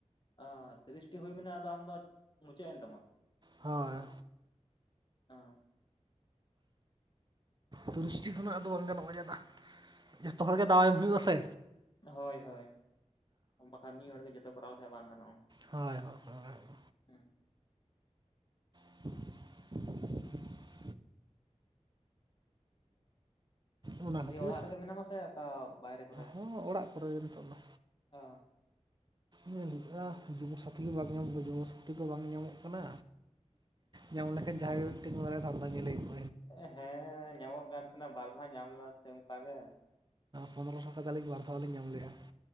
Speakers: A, on the left; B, on the right.
A: ᱚ ᱛᱤᱨᱤᱥᱴᱤ ᱦᱩᱭ ᱢᱟᱱᱮ ᱟᱢᱫᱚ ᱟᱫᱚ ᱢᱩᱪᱟᱹᱫ ᱮᱱ ᱛᱟᱢᱟ?
B: ᱦᱳᱭ
A: ᱚ
B: ᱛᱤᱨᱤᱥᱴᱤ ᱠᱷᱚᱱᱟᱜ ᱟᱫᱚ ᱵᱟᱝ ᱜᱟᱱᱚᱜᱼᱟ ᱡᱟᱫᱟ ᱡᱷᱚᱛᱚ ᱦᱚᱲ ᱜᱮ ᱫᱟᱣ ᱮᱢ ᱦᱩᱭᱩᱜᱼᱟ ᱥᱮ᱾
A: ᱦᱳᱭ ᱦᱳᱭ ᱵᱟᱠᱷᱟᱱ ᱢᱤᱜ ᱦᱚᱲ ᱜᱮ ᱡᱚᱛᱚ ᱠᱚᱨᱟᱣ ᱞᱮᱠᱷᱟᱱ ᱵᱟᱝ ᱜᱟᱱᱚᱜᱼᱟ᱾
B: ᱦᱳᱭ <unintelligible>
A: ᱦᱩᱸ
B: <unintelligible> ᱚᱱᱟ ᱠᱷᱟᱹᱛᱤᱨ
A: ᱫᱤᱭᱮ ᱚᱲᱟᱜ ᱨᱮᱜᱮ ᱢᱮᱱᱟᱢᱟ ᱥᱮ ᱚᱠᱟ ᱵᱟᱭᱨᱮ ᱠᱚᱨᱮ?
B: ᱦᱚᱸ ᱚᱲᱟᱜ ᱠᱚᱨᱮ ᱜᱮ ᱱᱤᱛᱚᱜ ᱫᱚ
A: ᱚ
B: ᱧᱮᱞ ᱦᱩᱭᱩᱜᱼᱟ ᱡᱩᱵᱚᱥᱟᱛᱷᱤ ᱜᱮ ᱵᱟᱝ ᱧᱟᱢᱫᱚ ᱡᱩᱵᱚᱥᱟᱛᱷᱤ ᱠᱚ ᱵᱟᱝ ᱧᱟᱢᱚᱜ ᱠᱟᱱᱟ ᱧᱟᱢ ᱞᱮᱠᱷᱟᱱ ᱡᱟᱦᱟᱸ ᱜᱮ ᱢᱤᱫᱴᱲᱮ ᱫᱷᱟᱱᱫᱟ ᱧᱮᱞ ᱦᱩᱭᱩᱜ
A: ᱮ ᱦᱮᱸ ᱧᱟᱢᱚᱜ ᱠᱟᱱ ᱛᱟᱦᱮᱸᱱᱟ ᱵᱟᱨ ᱫᱷᱟᱣ ᱧᱟᱢ ᱞᱮᱱᱟ ᱥᱮ ᱚᱱᱠᱟ ᱜᱮ᱾
B: ᱯᱚᱸᱫᱨᱚᱥᱚ ᱴᱟᱠᱟᱞᱤᱧ ᱵᱟᱨ ᱫᱷᱟᱣ ᱞᱤᱧ ᱧᱟᱢ ᱞᱮᱫᱼᱟ